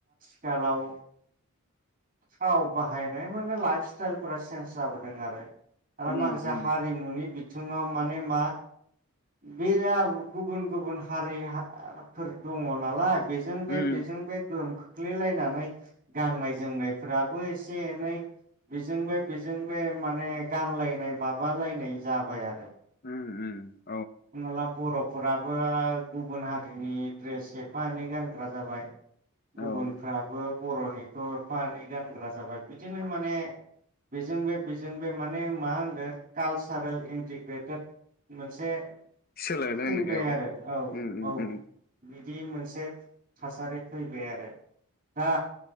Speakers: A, on the right (about 40°); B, on the left (about 40°).
A: आथिखालाव थाव बाहायनाय माने लाइफ स्टाइलफ्रा चेन्स जाबोदों आरो। आरो
B: उम
A: माखासे
B: उम
A: हारिमुनि बि बिथिङाव माने मा बे गुबुन गुबुन हारिफोर दङ नालाय। बेजों बे
B: उम
A: बेजों बे गोहोम खोख्लैलायनानै गाननाय जोमनायफ्राबो एसे एनै बेजों बे बेजों बे माने गानलायनाय माबालायनाय जाबाय आरो।
B: ओम ओम
A: हमनाला बरफो फोराबो गुबुन हारिनि ड्रेस एफा एनै गानग्रा जाबाय। गुबुनफ्राबो
B: औ
A: बर'निथ' एफ एनै गानग्रा जाबाय बिदिनो माने बेजों बे बेजों बे माने मा होनदों कालसारेल इन्टिग्रेटेड मोनसे
B: सोलाय
A: फैबाय
B: लायनायाव
A: आरो औ
B: ओम‌
A: औ
B: ओम
A: बिदि मोनसे थासारि फैबाय आरो दा